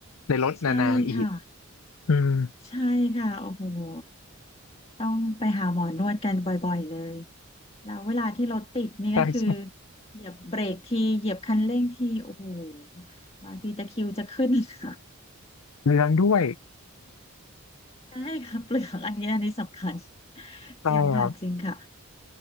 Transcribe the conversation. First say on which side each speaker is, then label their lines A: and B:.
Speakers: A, on the left (about 80°); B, on the left (about 25°).
A: ในรถนานๆอีก
B: อ๋อใช่ค่ะ
A: อืม
B: ใช่ค่ะโอ้โหต้องไปหาหมอนวดกันบ่อยๆเลย แล้วเวลาที่รถติดนี่ก็คือ
A: ใช่ใช่
B: เหยียบเบรกทีเหยียบคันเร่งทีโอ้โหบางทีตะคริวจะขึ้น <laughs> ค่ะ
A: เรื่องด้วย
B: ได้ค่ะเปลือกอันนี้อันนี้สำคัญ
A: ใช่ครับ
B: จริงค่ะจริงค่ะ